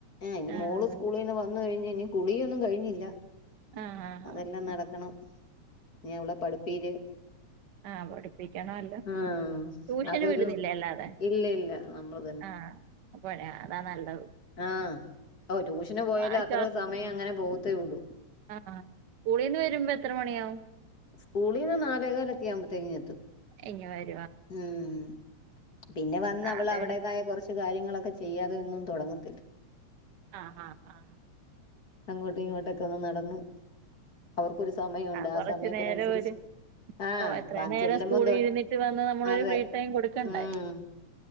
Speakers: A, on the left (about 35°); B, on the right (about 85°).
A: ആ ഇ
B: ആഹ്
A: മോള് സ്കൂളിൽ നിന്ന് വന്നു കഴിഞ്ഞഞ് ഇനി കുളിയൊന്നും കഴിഞ്ഞില്ല
B: ആഹ് ആഹ്
A: അതെല്ലാം നടക്കണം
B: ആഹ്
A: നീ അവളെ പഠിപ്പീര്
B: ആഹ പഠിപ്പിക്കണലോ അല്ലോ
A: ഉം
B: ട്യൂഷന്
A: അതൊരു
B: വിടുന്നില്ലേ അല്ലാതെ
A: ഇല്ല ഇല്ല നമ്മള്
B: ആഹ അപ്പടിയാ അതാ നല്ലതത്
A: ആഹ ഓ ട്യൂഷന് പോയാലേ
B: ആശ്വാസം
A: അത്രയോ സമയം അങ്ങനെ പോകത്തേ ഉള്ളൂ
B: ആഹ് സ്ൂളീന്ന് വരുമ്പോ എത്ര മണിയാാവും
A: സ്കൂളിൽ നിന്ന് നാലേ കാലൊകലൊക്കെ ആവുബോതിനും എത്തും
B: എനി വ
A: ഉം പിന്നെ വന്ന്
B: ആ
A: അവള്
B: അതെ
A: അവിടേതായ കുറച്ച് കാര്യങ്ങളൊക്കെ ചെയ്യാതെ ഒന്നും തുടങ്ങത്തില്ല
B: അ ആ ആ
A: അങ്ങോട്ടും ഇങ്ങോട്ടൊക്കെ ഒന്ന് നടന്ന് അവർക്കൊരു സമയമുണ്ട്
B: കൊറച്ചു
A: ആ സമയത്തിനനുസരിച്ച്
B: നേരം ഒരു
A: ആ
B: ഓ എത്ര
A: വാ
B: നേരം
A: ചെല്ലുമ്പോ
B: സ്കൂളിൽ
A: തൊട്ട്
B: ഇരുന്നിട്ട് വന്ന് നമ്മളൊരു
A: അതെ
B: ഫ്രീ ടൈം കൊടുക്കണ്ടേ
A: ഉം